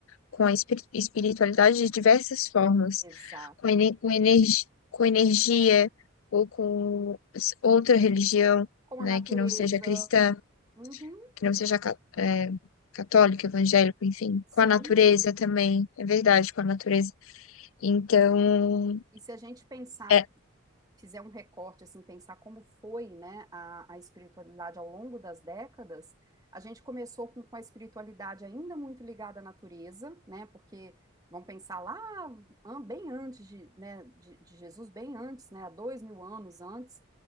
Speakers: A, on the left; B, on the right.
A: com a espir- espiritualidade de diversas formas,
B: Exato.
A: com, ene- com, energi- com energia ou com s- outra religião,
B: Com
A: né,
B: a natureza.
A: que não seja cristã
B: Uhum,
A: não seja ca- é, católico, evangélico, enfim,
B: sim.
A: com a natureza também, é verdade, com a natureza. Então,
B: E se a gente pensar
A: é,
B: fizer um recorte, assim, pensar como foi, né, a, a espiritualidade ao longo das décadas, a gente começou com, com a espiritualidade ainda muito ligada à natureza, né, porque vamos pensar lá bem antes de, né, de, de Jesus, bem antes, né, há dois mil anos antes,